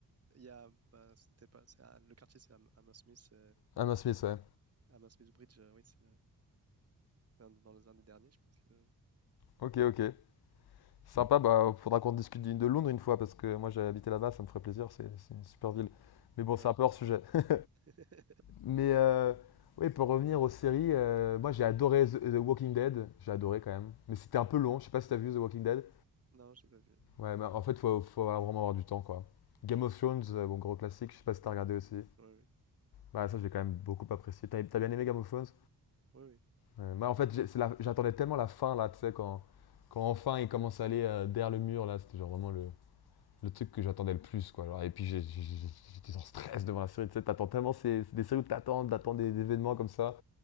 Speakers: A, on the right; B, on the left.
A: il y a bah, c'était pas c'est à- le quartier c'est à, à Hammersmith
B: Hammer Smith, ouais.
A: Ah, Mansfield Bridge, euh, oui, c'est le- c'est un- dans les un des derniers, je pense. Le...
B: Ok, ok. Sympa, bah faudra qu'on discute de Londres une fois parce que moi j'ai habité là-bas, ça me ferait plaisir, c'est c'est une super ville. Mais bon,
A: Ouais.
B: c'est un peu hors sujet. <laughs>
A: <laughs>
B: Mais euh, oui, pour revenir aux séries, euh, moi j'ai adoré The The Walking Dead, j'ai adoré quand même. Mais c'était un peu long, je sais pas si t'as vu The Walking Dead.
A: Non, j'ai pas vu.
B: Ouais, bah, en fait, faut, faut vraiment avoir du temps quoi. Game of Thrones, euh, bon gros classique, je sais pas si t'as regardé
A: Mm.
B: aussi.
A: Ouais, oui,
B: Bah ça j'ai quand même beaucoup apprécié. T'as t'as bien aimé Game of Thrones?
A: oui, oui.
B: Euh, moi en fait, j'ai- c'est la- j'attendais tellement la fin là, tu sais, quand, quand enfin il commence à aller euh, derrière le mur là, c'était genre vraiment le, le truc que j'attendais le plus. Quoi. Genre, et puis j'étais en stress devant la série. Tu sais, t'attends tellement ces, des séries où t'attends, t'attends des, des événements comme ça.